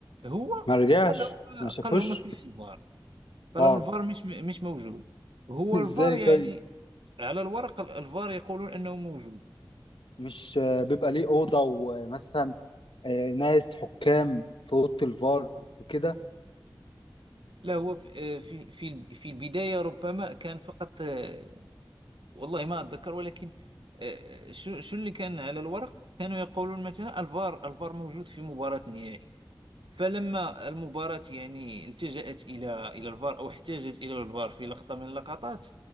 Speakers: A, on the right (about 80°); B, on the left (about 80°).
A: هو
B: ما رجعش
A: قال لهم
B: ما شافوش
A: قال لهم ما فيش الفار قال
B: اه
A: لهم الفار مش مش موجود هو
B: <laughs> ازاي
A: الفار يعني
B: طيب
A: على الورق ال- الفار يقولون أنه موجود
B: مش آه، بيبقى ليه اوضه ومثلا آه، ناس حكام في اوضه الفار وكده
A: لا هو في آه، في في في البداية ربما كان فقط آه، والله ما أتذكر ولكن آه، شو شو اللي كان على الورق كانوا يقولون مثلا الفار الفار موجود في مباراة النهائي فلما المباراة يعني التجأت إلى إلى الفار أو احتاجت إلى الفار في لقطة من اللقطات